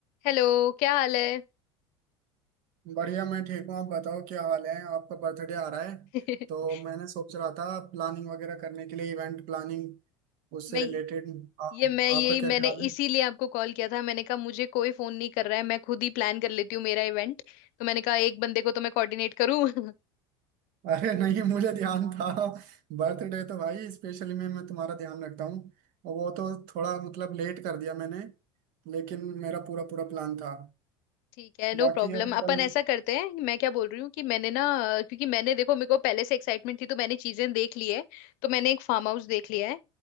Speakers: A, on the left; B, on the right.
A: Hello क्या हाल है
B: बढ़िया मैं ठीक हूँ आप बताओ क्या हाल है आपका बर्थडे आ रहा है
A: <laughs>
B: तो मैंने सोच रहा था प्लानिंग वगैरह करने के लिए इवेंट प्लानिंग उससे
A: मैं
B: रिलेटेड आपका
A: ये मैं यही
B: क्या
A: मैंने
B: ख्याल है
A: इसीलिए आपको कॉल किया था मैंने कहा मुझे कोई फोन नहीं कर रहा है मैं खुद ही प्लान कर लेती हूँ मेरा इवेंट तो मैंने कहा एक बंदे को तो मैं कोऑर्डिनेट करूँ <laughs>
B: <laughs> अरे नहीं मुझे ध्यान था बर्थडे तो भाई स्पेशली मैं मैं तुम्हारा ध्यान रखता हूँ और वो तो थोड़ा मतलब लेट कर दिया मैंने लेकिन मेरा पूरा पूरा प्लान था
A: ठीक है नो
B: बाकी
A: प्रॉब्लम
B: अब
A: अपन
B: कल
A: ऐसा करते हैं मैं क्या बोल रही हूँ कि मैंने ना क्योंकि मैंने देखो मेरे को पहले से एक्साइटमेंट थी तो मैंने चीजें देख ली है तो मैंने एक फार्म हाउस देख लिया है